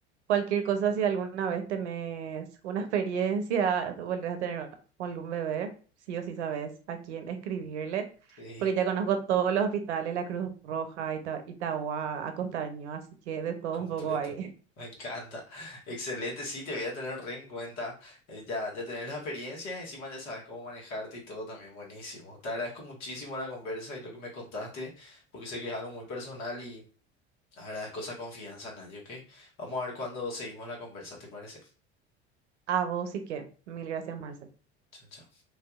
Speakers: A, on the right (about 80°); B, on the left (about 55°).
A: cualquier cosa, si alguna vez tenés una experiencia, volvés a tener con algún bebé, sí o sí sabes a quién escribirle,
B: sí,
A: porque ya conozco todos los hospitales, la Cruz Roja, Ita- Itagua, Acostaño, así que de todo
B: completo.
A: un poco ahí.
B: Me encanta. <laughs> Excelente, sí, te voy a tener re en cuenta. Eh, ya, ya tenés la experiencia y encima ya sabes cómo manejarte y todo también buenísimo. Te agradezco muchísimo la conversa y lo que me contaste, porque sé que es algo muy personal y agradezco esa confianza, Naye, ¿ok? Vamos a ver cuando seguimos la conversa, ¿te parece?
A: <laughs> A vos y que. Mil gracias, Marce.
B: Chao, chao.